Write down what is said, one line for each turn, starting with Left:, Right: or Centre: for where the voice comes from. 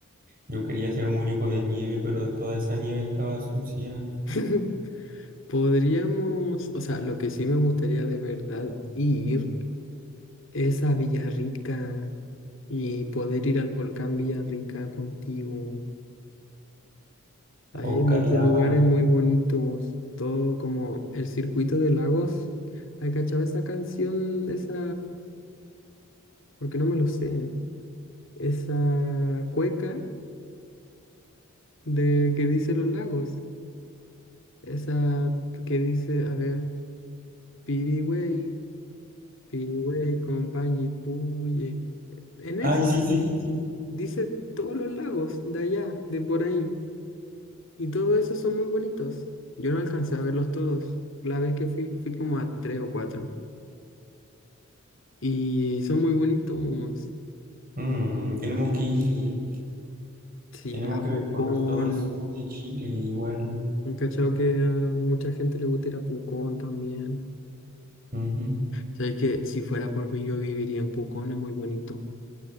Right: Yo quería hacer un muñeco de nieve, pero toda esa nieve estaba sucia.
Left: <laughs> Podríamos, o sea, lo que sí me gustaría de verdad ir es a Villarrica y poder ir al volcán Villarrica contigo. Ahí
Right: A buscar
Left: hay muchos
Right: lava.
Left: lugares muy bonitos, todo como el circuito de lagos. ¿Hay cachado esa canción, esa porque no me lo sé. esa cueca de que dice los lagos, esa que dice, a ver, Piriwey, Piriwey, Compañi, Puye. En
Right: Ay,
Left: eso
Right: sí, sí, sí, sí.
Left: dice todos los lagos de allá, de por ahí, y todos esos son muy bonitos. Yo no alcancé a verlos todos. La vez que fui, fui como a tres o cuatro. Y son muy bonitos.
Right: Mm, tenemos que ir,
Left: Sí,
Right: tenemos
Left: a
Right: que
Left: Pucón.
Right: recorrer todo el sur de Chile, igual.
Left: He cachado que a mucha gente le gusta ir a Pucón también.
Right: Ujú.
Left: Sabes que si fuera por mí yo viviría en Pucón, es muy bonito.